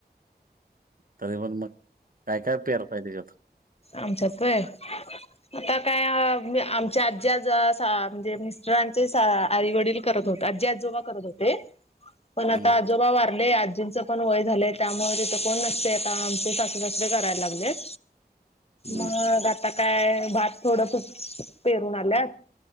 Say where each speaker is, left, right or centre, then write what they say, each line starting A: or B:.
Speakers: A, on the right (about 55°); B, on the left (about 35°).
A: तरी पण मग, काय- काय पेरताय तेज्यात?
B: आमच्यात वय? आता काय मं आमच्या आज्जी आज सा म्हणजे मिस्टरांचे सा आई वडील. करत होत, आज्जी आजोबा करत होते, पण आता
A: हम्म,
B: आजोबा वारले आजींचं पण वय झालेये त्यामुळे तित कोण नसतय आता, आमचे सासू सासरे कराय लागलेत.
A: हम्म,
B: मग आता काय, भात थोड फ <unintelligible> पेरून आल्यात?